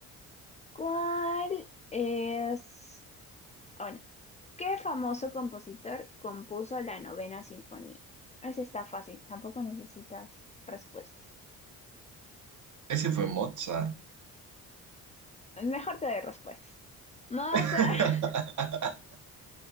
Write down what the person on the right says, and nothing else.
Ese fue Mozart.
<laughs>